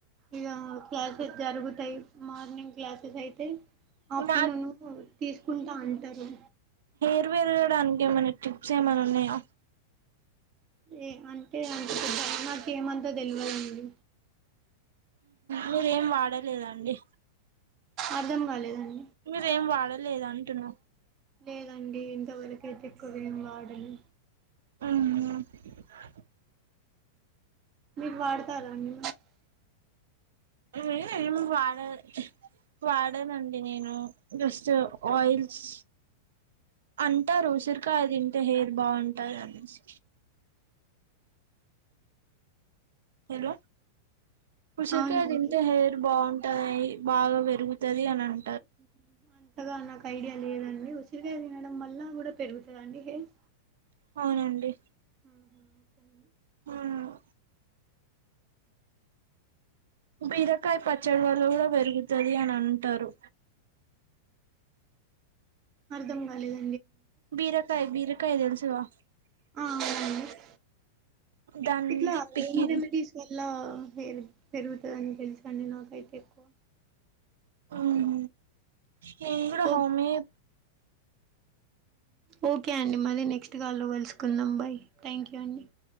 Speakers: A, on the right; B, on the right.
A: ఇక క్లాసెస్ జరుగుతాయి మార్నింగ్ క్లాసెస్ అయితే ఆఫ్టర్నూను
B: నాకు
A: తీసుకుంటా అంటారు
B: జుట్టు పెరగడానికి ఏమన్న టిప్స్ ఏమన్నా ఉన్నాయా
A: ఏ అంటే అద్దా నాకు ఏమంతా తెలివదండి
B: మీరేం వాడలేదండి
A: అర్దం కాలేదండి
B: మీరేం వాడలేదు అంటున్నా
A: లేదండి ఇంతవరకైతే ఎక్కువం వాడని
B: ఉమ్
A: మీరు వాడతారా అండి
B: ఉమ్ ఏం వడ వాడేనండి నేను జస్ట్ ఆయిల్స్ అంటారు ఉసిరికాయ తింటే హెయిర్ బాగుంటారు అనేసి హలో ఉసిరికాయ
A: అవునండి
B: తింటే హెయిర్ బాగుంట <inaudible> బాగా పెరుగుతుది అన్నాను
A: హుహ్ అంతగా నా ఐడియా లేదండి ఉసిరిగాయ తినడం వల్ల కూడా పెరుగుతుందండి హెయిర్
B: అవునండి
A: హుహ్ ఓకే అండి
B: అవునా బీరకాయ పచ్చడ వాళ్ళ కూడా పెరుగుతది అని అంటారు
A: అర్థం కాలేదు
B: బీరకాయ బీరకాయ తెలుసుగా
A: ఆ అవునండి
B: దానిది
A: ఇట్లా
B: పికిల్
A: హోమ్ రెమెడీస్ వల్ల హెయిర్ పెరుగుతుంది అని తెలుసాండి నాకైతే ఎక్కువ
B: అవును నేను కూడా హోమి
A: ఓకే
B: ఏ
A: ఓకే అండి మళీ నెక్స్ట్ కాల్లో కలుసుకుందాం బై థ్యాంక్ యూ అండి